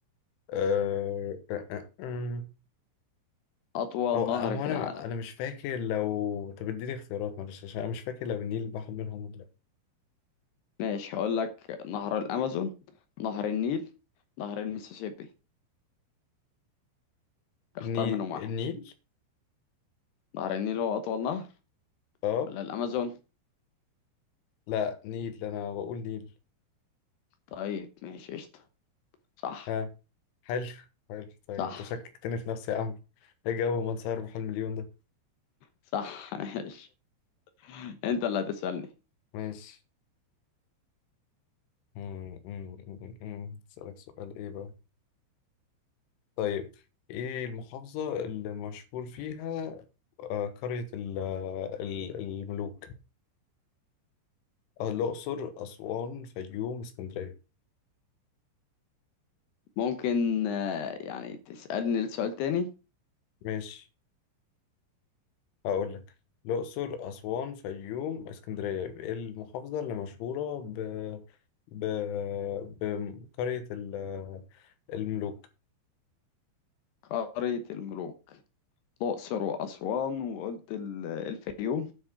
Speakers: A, on the left; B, on the left.
A: أه... أه... أه... أه.
B: اطول
A: أو هو
B: نهر في
A: أنا
B: العالم
A: أنا مش فاكر لو طب اديني اختيارات معلش عشان أنا مش فاكر لو النيل بحر منهم ولا لأ
B: ماشي هقول لك نهر الامازون نهر النيل نهر المسيسيبي اختار
A: النيل
B: منهم واحد
A: النيل
B: نهر النيل هو اطول نهر
A: أه
B: ولا الامازون
A: لا نيل أنا بقول نيل
B: طيب ماشي قشطة صح
A: ها حلو حلو طيب
B: صح
A: أنت شككتني في نفسي يا عم إيه جو من سهر بحلم مليون ده
B: صح <laughs> ماشي انت اللي هتسألني
A: <laughs> ماشي مم، مم، مم، مم. أسألك سؤال إيه بقى؟ طيب إيه المحافظة اللي مشهور فيها آه، قرية ال- ال- الملوك؟ آه، الأقصر، أسوان، فيوم، اسكندرية
B: ممكن آه، يعني تسألني السؤال تاني
A: ماشي هقول لك الأقصر، أسوان، فيوم، اسكندرية إيه المحافظة اللي مشهورة ب... ب... بقرية ال- الملوك؟
B: قارية الملوك الأقصر وأسوان وقلت ال- الفيوم